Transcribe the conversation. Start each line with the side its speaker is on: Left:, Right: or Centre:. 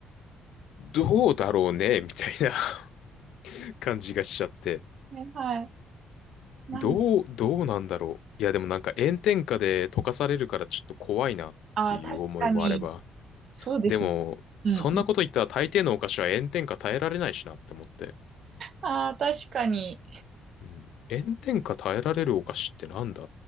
Left: どうだろうね <laughs> みたいな <laughs> 感じがしちゃって。
Right: はいはい。なん、
Left: どう、どうなんだろう。いや、でもなんか炎天下で溶かされるからちょっと怖いなっていう思いもあれば。
Right: ああ、確かに。そうですね。
Left: でも、
Right: うんうん。
Left: そんなこと言ったら大抵のお菓子は炎天下耐えられないしなって思って。
Right: ああ、確かに。
Left: うん。炎天下耐えられるお菓子ってなんだ